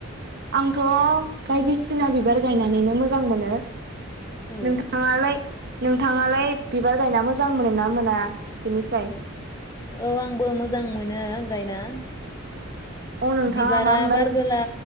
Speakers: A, on the right (about 50°); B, on the left (about 20°).
A: आंथ बायदिसिना बिबार गायनानैनो मोजां मोनो।
B: औ
A: नोंथाङालाय? नोंथाङालाय बिबार गायना मोजां मोनो ना मोना बिनिफ्राय
B: औ आंबो मोजां मोनो गायना।
A: अ नोंथाङा
B: बिबारा
A: मा बिबार
B: बारबोला